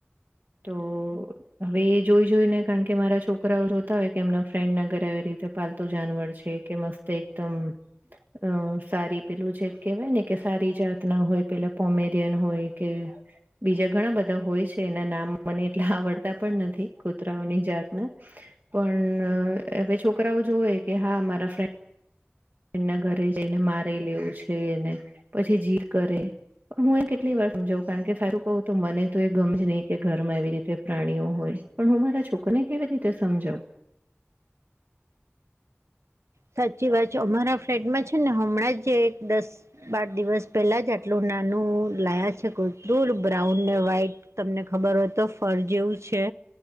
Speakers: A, on the right; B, on the right.
A: તો હવે એ જોઈ જોઈ ને કારણ કે મારા છોકરાઓ જોતા હોય કે એમના ફ્રેન્ડના ઘરે આવી રીતે પાલતું જાનવર છે, કે મસ તે એકદમ અ સારી પેલું જે કેહેવાય ને કે સારી જાતના હોય પેલા પોમેરિયન હોય કે બીજા ઘણા બધા હોય છે, એના નામ મને એટલા આવડતા પણ નથી કુતરાઓની જાતને પણ અવે છોકરાઓ જોવે કે હા મારા ફ્રે ના ધરે જઈને મારે લેવું છે ને પછી જીદ કરે હું એ કેટલી વાર સમજાવું કારણ કે સારું ક‌ઉ તો મને તો એ ગમ જ ન‌ય કે ઘરમાં એવી રીતે પ્રાણીઓ હોય પણ હું મારા છોકને કેવી રીતે સમજાવુ?
B: સાચી વાત છે અમારા ફ્લેટમાં છે, ને હમણાં જ એક દસ બાર દિવસ પેલા જ આટલું નાનું લાયા છે, કુતરુ બ્રાઉન ને વ્હાઈ તમને ખબર હોય તો ફર જેવું છે.